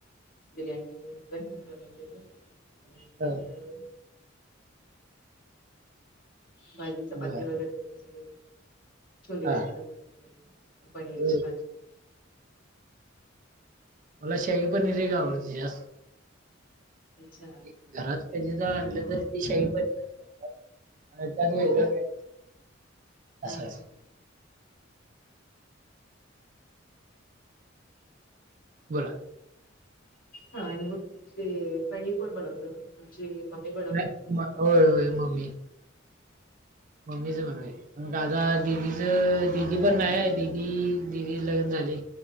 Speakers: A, on the left; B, on the right.
A: बिर्याणी पण बनवते म आणि दुसरं
B: ह
A: भाजी चपाती
B: बर
A: वगैरे येते सगळं. छोले
B: हा
A: वगैर
B: हा
A: बनवले काही पनीरची
B: अ,
A: भाजी
B: मला शाही पनीर एक आवडते जास्त
A: अच्छा
B: म्हणजे घरात कधी ज आणल तरी ते शाही पनीरच करतात त्यात वेगळ का
A: हां
B: अस
A: हां
B: अस बोला
A: हा आणि मग ते पनीर कोण बनवत तुमची मम्मी बनवते
B: नाही
A: ती तस
B: म-
A: पण
B: होय होय मम्मी मम्मी च म्हणनये दादा दिदीचं दिदी पणं नाहीं दिदी दिदी लग्नं झाले